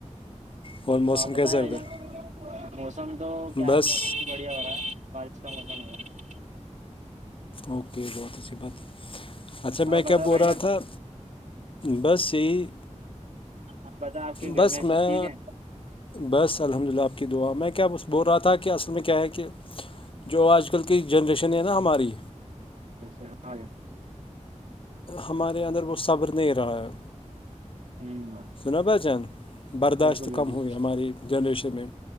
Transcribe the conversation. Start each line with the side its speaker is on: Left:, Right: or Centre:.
Left: اور موسم
Right: ہاں بتیں
Left: کیسا ہے
Right: آ
Left: ادھر
Right: جان موسم تو کیا
Left: بس
Right: ہے موسم تو بڑھیا ہو رہا ہے بارش کا موسم ہو رہا ہے
Left: اوکے بہت اچھی بات ہے اچھا میں
Right: آپ
Left: کیا
Right: بتائیں
Left: بول
Right: بھائی
Left: رہا
Right: جان
Left: تھا بس یہی
Right: آپ بتائیں آپ کے گھر
Left: بس میں
Right: سب ٹھیک ہے
Left: بس الحمد للہ آپ کی دعا میں کیا بول رہا تھا کہ اصل میں کیا ہے کہ جو آج کل کی جنریشن ہے نا ہماری
Right: جیسے ہاںار
Left: ہمارے اندر وہ صبر نہیں رہا ہے
Right: ہوں
Left: سنا بھ جان برداشت
Right: بالکل
Left: کم
Right: بالکل
Left: ہوئی ہماری جنریشن میں